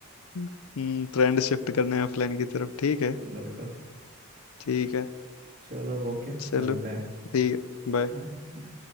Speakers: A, on the left; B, on the right.
A: हम्म ट्रेंड शिफ्ट करने ऑफलाइन की तरफ ठीक है
B: बिल्कुल
A: ठीक है
B: चलो ओके
A: चलो
B: मिलते हैं
A: ठीक है बाय
B: बाय